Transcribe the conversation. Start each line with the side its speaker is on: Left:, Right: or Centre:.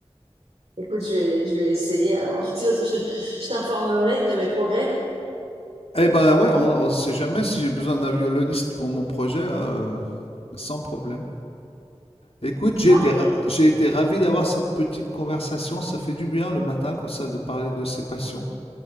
Right: Écoute, je vais, je vais essayer. Alors, de toute façon, je, te- je t'informerai de mes progrès.
Left: eh ben, ouais, on on sait jamais si j'ai besoin d'un violoniste pour mon projet là, heu, sans problème. Écoute, j'ai
Right: Parfait.
Left: été ra j'ai été ravi d'avoir cette petite conversation, ça fait du bien le matin comme ça de parler de ses passions.